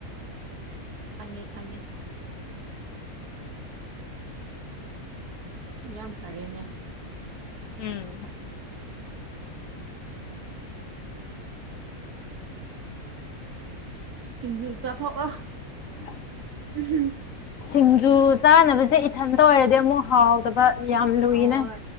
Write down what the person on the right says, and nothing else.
ꯈꯪꯉꯦ ꯈꯪꯉꯦ ꯌꯥꯝ ꯐꯔꯦꯅꯦ
ꯁꯤꯡꯖꯨ ꯆꯥꯊꯣꯛꯑ
ꯎ ꯍꯝ
ꯍꯣꯏ